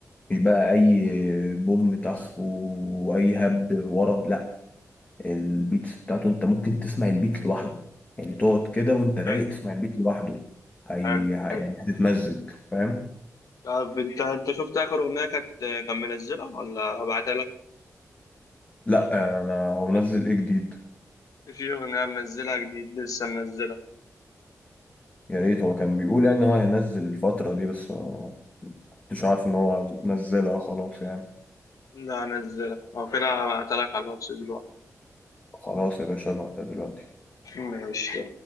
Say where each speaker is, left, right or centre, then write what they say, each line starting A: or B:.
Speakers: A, on the left (about 25°); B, on the left (about 85°).
A: مش بقى اي بوم طخ واي هبد ورا لا البيتس بتاعته انت ممكن تسمع البيت لوحده يعني تقعد كده وانت رايق
B: حلو
A: تسمع البيت لوحده هي
B: حلو
A: ه-
B: حلو
A: يعني هتتمزج فاهم
B: طب انت انت شفت اخر اغنيه كانت كان منزلها ولا ابعتها لك
A: لا انا هو منزل ايه جديد
B: في اغنيه منزلها جديد لسه منزلها
A: يا ريت هو كان بيقول يعني ان هو هينزل الفترة دي بس ما كنتش عارف ان هو نزلها خلاص يعني
B: لا نزلها او كده هبعتها لك على الواتس دلوقتي
A: خلاص يا باشا ابعتها دلوقتي
B: ماشي